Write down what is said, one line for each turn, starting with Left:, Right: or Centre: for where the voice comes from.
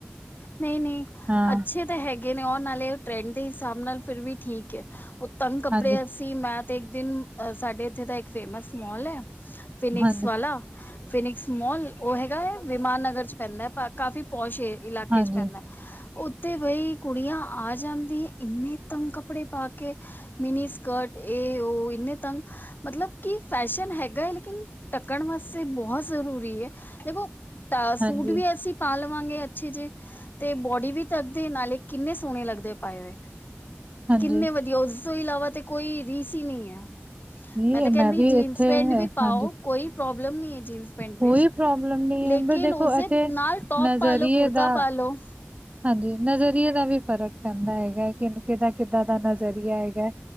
Left: ਨਹੀਂ- ਨਹੀਂ
Right: ਹਾਂ
Left: ਅੱਛੇ ਤਾਂ ਹੈਗੇ ਨੇ ਉਹ ਨਾਲੇ ਟਰੈਂਡ ਦੇ ਹਿਸਾਬ ਨਾਲ ਫਿਰ ਵੀ ਠੀਕ ਉਹ ਤੰਗ ਕੱਪੜੇ
Right: ਹਾਂਜੀ,
Left: ਮੈਂ ਤੇ ਇੱਕ ਦਿਨ, ਸਾਡੇ ਇੱਥੇ ਦਾ ਇੱਕ ਫੇਮਸ ਮੋਲ ਹੈ ਫਿਨਿਕਸ
Right: ਹਾਂਜੀ,
Left: ਵਾਲਾ ਫਿਨਿਕਸ ਮੋਲ ਉਹ ਹੈਗਾ ਹੈ ਵਿਮਾਨ ਨਗਰ ਚ ਪੈਂਦਾ ਕਾਫ਼ੀ ਪੌਸ਼ ਇਲਾਕੇ
Right: ਹਾਂਜੀ,
Left: ਚ ਪੈਂਦਾ ਉੱਥੇ ਬਈ ਕੁੜੀਆਂ ਆ ਜਾਂਦੀ ਇੰਨੇ ਤੰਗ ਕੱਪੜੇ ਪਾ ਕੇ ਮਿਨੀ ਸਕਰਟ ਇਹ ਉਹ ਇੰਨੇ ਤੰਗ, ਮਤਲਬ ਕੀ ਫੈਸ਼ਨ ਹੈ ਗਾ ਲੇਕਿਨ ਡੱਕਣ ਵਾਸਤੇ ਬਹੁਤ ਜ਼ਰੂਰੀ ਹੈ ਦੇਖੋ ਸੂਟ
Right: ਹਾਂਜੀ,
Left: ਵੀ ਐਸੀ ਪਾ ਲਵਾਂਗੇ ਅੱਛੇ ਜੇ, ਤੇ ਬੋਡੀ ਵੀ ਤੱਕਦੇ ਨਾਲੇ ਕਿੰਨੇ ਸੋਹਣੇ ਲੱਗਦੇ ਪਾਏ ਹੋਏ
Right: ਹਾਂਜੀ।
Left: ਕਿੰਨੇ ਵਧੀਆ ਉਸ ਤੋਂ ਇਲਾਵਾ ਤੇ ਕੋਈ ਰੀਸ ਹੀ ਨਹੀਂ ਹੈ
Right: ਨਹੀਂ
Left: ਮੈਂ ਤੇ ਕਹਿੰਦੀ
Right: ਵੀ
Left: ਜੀਨਸ
Right: ਇੱਥੇ
Left: ਪੈਂਟ
Right: ਹੈ
Left: ਵੀ ਪਾਓ
Right: ਹਾਂਜੀ
Left: ਕੋਈ ਪ੍ਰੋਬਲਮ ਨੀ ਹੈ ਜੀਨਸ ਪਿੰਡ ਵਿੱਚ,
Right: ਕੋਈ ਪ੍ਰੋਬਲਮ ਨਹੀਂ
Left: ਲੇਕਿਨ
Right: ਹੈ ਪਰ ਦੇਖੋ
Left: ਉਸਦੇ
Right: ਇੱਥੇ
Left: ਨਾਲ ਟੋਪ
Right: ਨਜ਼ਰੀਏ
Left: ਪਾ ਲੋ, ਕੁੜਤਾ
Right: ਦਾ
Left: ਪਾ ਲੋੋ
Right: ਹਾਂਜੀ, ਨਜ਼ਰੀਏ ਦਾ ਵੀ ਫ਼ਰਕ ਪੈਂਦਾ ਹੈਗਾ ਕਿ ਕਿੱਦਾਂ- ਕਿੱਦਾਂ ਦਾ ਨਜ਼ਰੀਆ ਹੈਗਾ